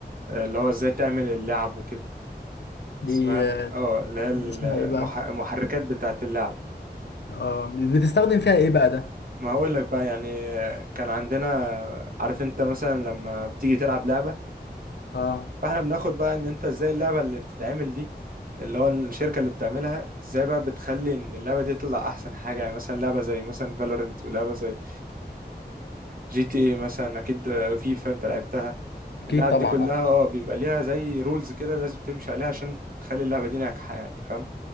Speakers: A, on the right; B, on the left.
A: آه، اللي هو ازاي تعمل اللعب وكده
B: دي
A: اسمها ال-
B: آه،
A: اه اللي هي المح-
B: اسمها ايه بقى
A: المحركات بتاعه اللعب
B: اه بتستخدم فيها ايه بقى ده
A: ما هقول لك بقى يعني كان عندنا عارف انت مثلا لما بتيجي تلعب لعبة
B: اه
A: فاحنا بناخد بقى ان انت ازاي اللعبة اللي بتتعمل دي اللي هو الشركة اللي بتعملها ازاي بقى بتخلي ان اللعبة دي تطلع احسن حاجة يعني مثلا لعبة زي مثلا فالورنت ولعبة زي جي تي اي مثلا اكيد فيفا انت لعبتها
B: اكيد
A: اللعب
B: طبعا
A: دي كلها
B: اه
A: اه بيبقى ليها زي رولز كده لازم تمشي عليها عشان تخلي اللعبة دي ناجحة يعني فاهم